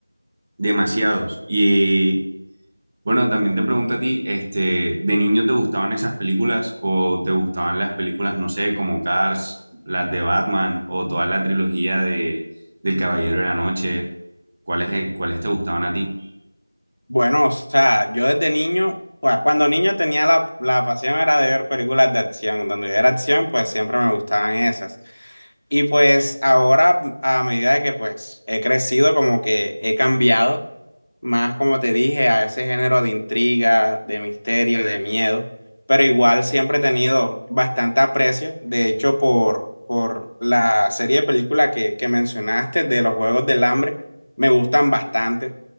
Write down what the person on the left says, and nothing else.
Bueno, o sea, yo desde niño, pues, cuando niño tenía la, la pasión era de ver películas de acción. Donde yo era acción, pues siempre me gustaban esas. Y pues ahora, a medida de que pues he crecido, como que he cambiado más, como te dije, a ese género de intriga, de misterio, de miedo. Pero igual siempre he tenido bastante aprecio, de hecho, por, por la serie de películas que, que mencionaste de los Juegos del Hambre, me gustan bastante.